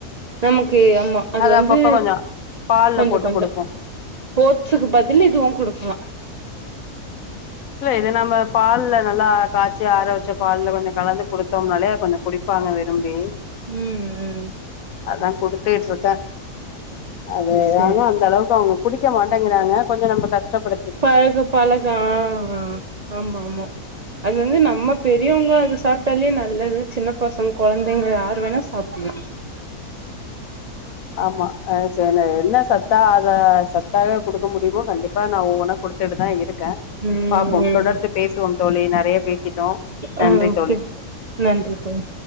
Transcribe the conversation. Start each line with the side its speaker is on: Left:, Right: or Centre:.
Right: நமக்கு ஆமா அது வந்து
Left: அப்பப்ப கொஞ்சோ பால்ல
Right: கொஞ்சோ
Left: போட்டு
Right: கொஞ்சோ
Left: குடுப்போ
Right: ஓட்ஸுக்கு பதில் இதுவு குடுக்கலா
Left: இல்ல இது நம்ம பால்ல நல்லா காச் சி ஆற வெச்ச பால்ல கொஞ்சோ கலந்து குடுத்தோம்னாலே கொஞ்சோ குடிப்பாங்க விரும்பி
Right: ம் ம்
Left: அதா குடுத்துட்டு இருக்கே. அது
Right: சேரி
Left: அவனு அந்த அளவுக்கு அவ குடிக்க மாட்டேங்குறாங்க கொஞ்ச நம்ம கஷ்டப்படு
Right: பழக பழக ஆ ஆ ஆமா ஆமா அது வந்து நம்ம பெரியவங்க அது சாப்ட்டாலே நல்லது சின்ன பசங்க கொழந்தைங்க யார் வேணா சாப்புலா
Left: ஆமா ஆ செனா என்ன சாப் டா அத சத்தாவே குடுக்க முடியுமு கண்டிப்பா நா ஒவ்வொன்னா குடுத்துட்டு தா இருக் கே
Right: ம்
Left: பாப்போ
Right: ம்
Left: தொடர்ந்து பேசுவோம் தோழி நெறைய பேசிட்டோ நன்றி
Right: ஆ
Left: தோழி
Right: செ நன்றி தோழி